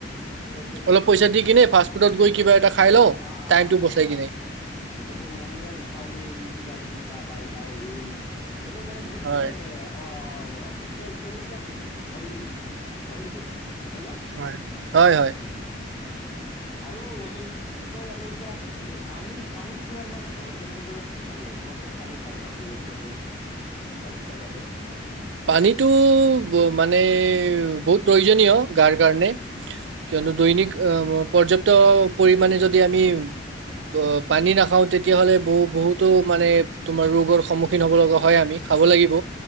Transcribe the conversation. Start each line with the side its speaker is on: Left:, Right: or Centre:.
Left: এই
Right: অলপ
Left: হোটেলত
Right: পইচা দি
Left: খাই
Right: কিনে
Left: ল'ম।
Right: ফাষ্ট ফুডত
Left: উম,
Right: গৈ কিবা এটা খাই লওঁ
Left: অ, অ,
Right: টাইমটো
Left: অ,
Right: বচাই
Left: অ, হয়।
Right: কিনে
Left: এইবোৰ ম'ম', চাওমিন কিবা-কিবি বা বাৰ্গাৰ ৰোল। এইবোৰ মানে বহুত
Right: হয়
Left: মানে অ' তে তেলেতীয়া খাদ্য অইলী অইলী বহুত। হয়নে?
Right: হয় হয় হয়
Left: উম উম আৰু সেই কি কয় আমি এতিয়া পানী, পানী কিমান মান খাব কেনেকেদৰে কি খাব লাগে কোৱা চোন? পানী খোৱাৰ ওপৰত গুৰুত্বটো স্বাস্থ্যৰ বাবে।
Right: পানীতটো মানে বহুত প্ৰয়োজনীয়। গাৰ কাৰণে,
Left: উম,
Right: কিয়নো
Left: উম,
Right: দৈনিক আহ পৰ্যাপ্ত পৰিমা মানে যদি আমি অ'পানী নাখাও তেতিয়াহ'লে বহু বহুতো মানে তোমাৰ ৰোগৰ সন্মুখীন হব লগা হয় আমি। খাব লাগিব।